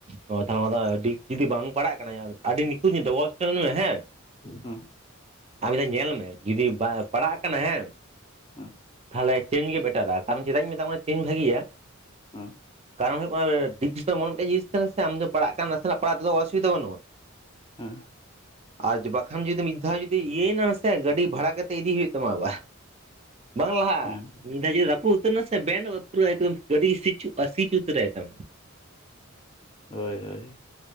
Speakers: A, on the right; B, on the left.
A: ᱦᱚᱸ ᱛᱟᱦᱚᱞᱮ ᱚᱱᱟ ᱫᱚ ᱰᱤᱠᱥ ᱡᱩᱫᱤ ᱵᱟᱝ ᱯᱟᱲᱟᱜ ᱠᱟᱱᱟ ᱟᱹᱰᱤ ᱱᱤᱠᱩᱧ ᱫᱚᱦᱚ ᱢᱮ ᱦᱮᱸ
B: ᱦᱮᱸ
A: ᱟᱨ ᱢᱤᱫ ᱫᱷᱟᱣ ᱧᱮᱞ ᱢᱮ ᱡᱩᱫᱤ ᱯᱟᱲᱟᱜ ᱠᱟᱱᱟ ᱦᱮᱸ
B: ᱦᱮᱸᱻ,
A: ᱛᱟᱦᱚᱞᱮ ᱪᱮᱧᱡ ᱜᱮ ᱵᱮᱴᱟᱨᱟ᱾ ᱠᱟᱨᱚᱱ ᱪᱮᱫᱟᱜ ᱤᱧ ᱢᱮᱛᱟᱢ ᱠᱟᱱᱟ ᱪᱮᱧᱡ ᱵᱷᱟᱹᱜᱮᱤᱭᱟ
B: ᱦᱮᱸᱻ᱾
A: ᱠᱟᱨᱚᱱ ᱦᱩᱭᱩᱜ ᱠᱟᱱᱟ ᱰᱤᱠᱥᱫᱚ ᱮᱢᱚᱱ ᱢᱤᱫᱴᱟᱝ ᱡᱤᱱᱤᱥ ᱦᱩᱭᱩᱜ ᱠᱟᱱᱟ᱾ ᱥᱮ ᱟᱢ ᱫᱚ ᱯᱟᱲᱟᱜ ᱠᱟᱱᱟ ᱱᱟᱥᱮᱱᱟᱜ ᱯᱟᱲᱟᱜ ᱛᱮᱫᱚ ᱚᱥᱩᱵᱤᱫᱟ ᱵᱟᱹᱱᱩᱜᱼᱟ᱾
B: ᱦᱮᱸᱻ᱾
A: ᱟᱡ ᱵᱟᱠᱷᱟᱱ ᱡᱩᱫᱤ ᱢᱤᱫ ᱫᱷᱟᱣ ᱡᱩᱫᱤ ᱤᱭᱟᱹᱭ ᱱᱟ ᱥᱮ ᱜᱟᱹᱰᱤ ᱵᱷᱟᱲᱟ ᱠᱟᱛᱮᱜ ᱤᱫᱤ ᱦᱩᱭᱩᱜ ᱛᱟᱢᱟ ᱟᱵᱟᱨ᱾ ᱵᱟᱝ ᱞᱟᱦᱟᱜ-ᱟ
B: ᱦᱮᱸ
A: ᱢᱤᱫ ᱫᱷᱟᱣ ᱡᱩᱫᱤ ᱨᱟᱹᱯᱩᱫ ᱩᱛᱟᱹᱨ ᱱᱟ ᱥᱮ ᱵᱮᱱᱰ ᱯᱩᱨᱟᱹᱣ ᱮᱠᱫᱚᱢ ᱜᱟᱰᱤ ᱥᱤᱡᱳ-ᱟ᱾ ᱥᱤᱢ ᱩᱛᱟᱹᱨᱟᱭ ᱮᱠᱫᱚᱢ᱾
B: ᱦᱳᱭᱻᱦᱳᱭᱻ᱾